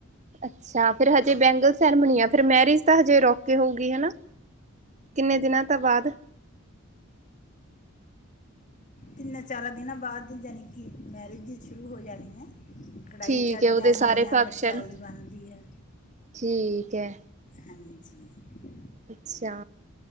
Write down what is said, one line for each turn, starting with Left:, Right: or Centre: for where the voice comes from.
Right: ਅੱਛਾ ਫਿਰ ਹਜੇ ਬੈਂਗਲ ਸੈਰੇਮਨੀ ਆ ਫਿਰ ਮੈਰਿਜ ਤਾਂ ਹਜੇ ਰੁਕ ਕੇ ਹੋਊਗੀ ਹਨਾ। ਕਿੰਨੇ ਦਿਨਾਂ ਤੋਂ ਬਾਅਦ?
Left: ਤਿੰਨਾਂ-ਚਾਰਾਂ ਦਿਨਾਂ ਬਾਅਦ ਯਾਨੀ ਕਿ ਮੈਰਿਜ ਸ਼ੁਰੂ ਹੋ ਜਾਣੀ ਐ। ਕੜਾਈ
Right: ਠੀਕ
Left: ਚੜ੍ਹ
Right: ਹੈ ਉਹਦੇ
Left: ਜਾਨੀ
Right: ਸਾਰੇ
Left: ਆ
Right: ਫੰਕਸ਼ਨ
Left: ਮਿਠਿਆਈ ਬਨਦੀ ਐ।
Right: ਠੀਕ ਹੈ
Left: ਹਾਂਜੀ।
Right: ਅੱਛਾ।